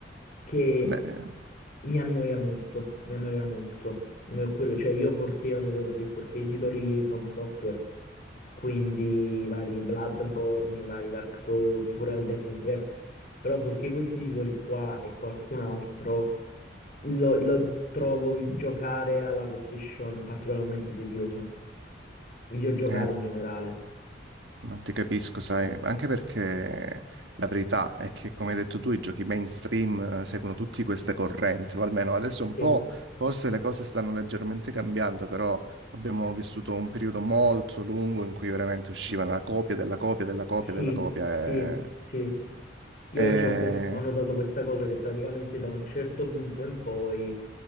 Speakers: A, on the left; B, on the right.
A: che
B: Beh,
A: mi annoia molto, mi annoia molto. Eh, Quello, cioè io 4K ho notato che 4K i titoli From Software, quindi i vari Bloodborne, i vari Dark Souls, pure Elden Ring, eh. però 4K questi titoli qua e qualcun altro lo, lo trovo vi- giocare alla PlayStation particolarmente tedioso, videogiocare
B: eh,
A: in generale.
B: Ma ti capisco, sai, anche perché la verità è che, come hai detto tu, i giochi mainstream eh, seguono tutte queste correnti, o almeno adesso un
A: Sì.
B: po', forse le cose stanno leggermente cambiando, però abbiamo vissuto un periodo molto lungo in cui veramente usciva una copia della copia della copia
A: Sì,
B: della copia
A: sì,
B: e...
A: sì. Io
B: e-
A: c'ho quest- ho notato questa cosa che praticamente da un certo punto in poi